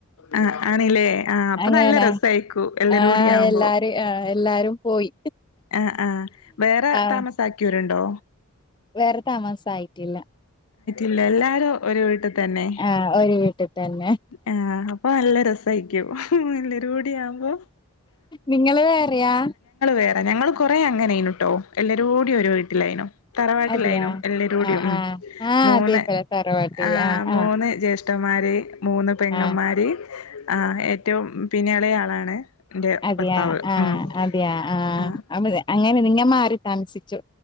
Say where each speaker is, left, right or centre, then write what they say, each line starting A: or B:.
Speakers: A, on the left (about 70°); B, on the left (about 20°).
A: ആഹ ആണല്ലേ ആഹ അപ്പൊ
B: അങ്ങനെ
A: നല്ല രസയിക്കൂ എല്ലരൂടി
B: ആഹ്
A: ആവുമ്പോ
B: എല്ലാരും ആഹ് എല്ലാരും പോയി
A: ആ ആഹ വേറെ
B: ആഹ്
A: താമസാക്കിയോരുണ്ടോ
B: വേറെ താമസായിട്ടില്ല
A: ല്ല എല്ലാരും ഒരു വീട്ടിൽ തന്നെ
B: ആഹ് ഒരു വീട്ടിൽ തന്നെ
A: ആ അപ്പൊ നല്ല രസാരിക്കൂ എല്ലരൂടിയാമ്പോ
B: നിങ്ങള് വേറയാ
A: വേറെ ഞങ്ങള് കൊറെേ അങ്ങനെയിനുട്ടോ എല്ലരൂടി ഓരേ വീട്ടിലായിനോ തറവാട്ടിലായിനോ
B: അതെയാ
A: എല്ലരൂടിയും
B: ആഹ്
A: ഉം
B: ആഹ് ആഹ്
A: മൂന്ന്
B: അതെ ഇപ്പഴ തറവാട്ടില്
A: ആ
B: ആഹ്
A: മൂന്ന്
B: ആഹ്
A: ജേ ഷ്ഠന്മാര് മൂന്ന് പെങ്ങന്മാര്
B: ആഹ്
A: ആ ഏറ്റവും പിന്നെളെ ആളാണ് എന്റെ
B: അതെയ
A: ഭർത്താവ്
B: ആഹ്
A: ഉം
B: അതെയാ ആഹ
A: ആഹ്
B: അ അങ്ങനെ നിങ്ങ മാറി താമസിച്ചു